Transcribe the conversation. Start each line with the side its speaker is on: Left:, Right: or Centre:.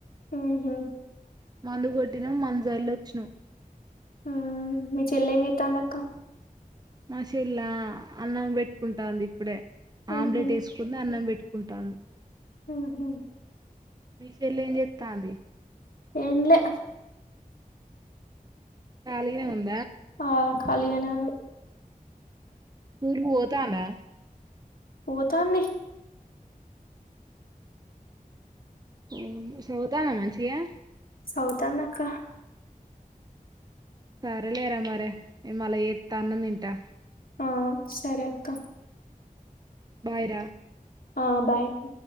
Left: ఆ హా
Right: మందు కొట్టినం మందు జల్లు వచ్చినాం
Left: ఆ మి చెల్లి ఏం చెత్తంది అక్క
Right: మ షేల్లా అన్నం పెట్టుకుంటాంది ఇప్పుడే
Left: మ్హూ
Right: ఆమ్లెట్ వేసుకుంది అన్నం పెట్ కుంటాన్
Left: ఆ హా
Right: మీ షెల్లీ ఏం చేత్తాంది
Left: ఏం లే
Right: కాలిగనే ఉన్
Left: ఆ ఖాళీగానే ఉంది
Right: కూలికి పోతాందా
Left: పోతాంది
Right: ఓ సౌతానా మంచిగా
Left: సౌతాంది అక్క
Right: సరే లే రా మరి నేన్ మళ ఏత్తా అన్నం తింటా
Left: ఆ సరే అక్క
Right: బాయి రా
Left: ఆ బాయి అక్క